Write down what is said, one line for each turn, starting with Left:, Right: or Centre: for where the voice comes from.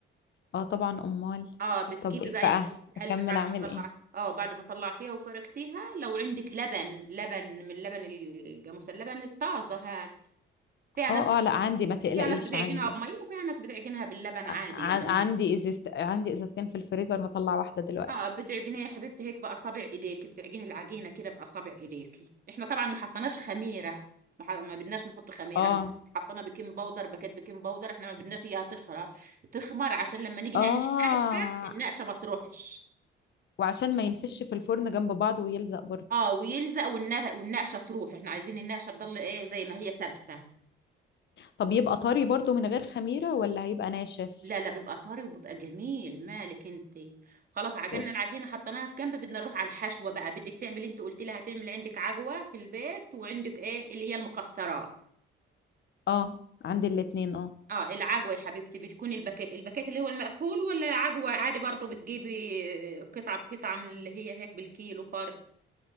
Left: اه طبعا امال
Right: اه بتجيبي
Left: طب ايه
Right: بقى
Left: بقى
Right: يا حبيبه
Left: اكمل
Right: قلبي بعد
Left: اعمل
Right: ما طلعت
Left: ايه
Right: اه بعد ما طلعتيها وفركتيها لو عندك لبن لبن من اللبن الجاموس اللبن الطازه هاد فيها
Left: اه
Right: ناس بت...
Left: اه لا عندي ما تقلقيش
Right: فيها ناس بتعجنها
Left: عندي
Right: بميه وفيها ناس بتعجنها باللبن عادي
Left: ع-
Right: يعني
Left: عندي ازازت عندي ازازتين في الفريزر هطلع واحده دلوقتي
Right: اه بتعجنيها يا حبيبتي هيك باصابع ايديك بتعجني العجينه كده باصابع ايديكي احنا طبعا ما حطيناش خميره ما, ح... ما بدناش نحط خميره
Left: اه
Right: احنا حطينا بيكنج باودر باكيت بيكنج باودر احنا ما بدناش اياها تخرى تخمر عشان لما نيجي
Left: اه
Right: نعمل النقشه النقشه ما تروحش
Left: وعشان ما ينفش في الفرن جنب بعض ويلزق برضو
Right: اه ويلزق والنا- والنقشه تروح احنا عايزين النقشه تضل ايه زي ما هي ثابته
Left: طب يبقى طري برضو من غير خميرة ولا هيبقى ناشف
Right: لا لا بيبقى طري وبيبقى جميل مالك انت خلاص عجننا
Left: بص.
Right: العجينه حطيناها في جنب بدنا نروح على الحشوه بقى بدك تعملي انت قلت لي هتعمل عندك عجوه في البيت وعندك ايه اللي هي المكسرات
Left: اه عندي الاتنين اه
Right: اه العجوه يا حبيبتي بتكون الباكيت الباكيت اللي هو المقفول ولا عجوه عادي برضو بتجيبي قطعه بقطعه من اللي هي هيك بالكيلو فرد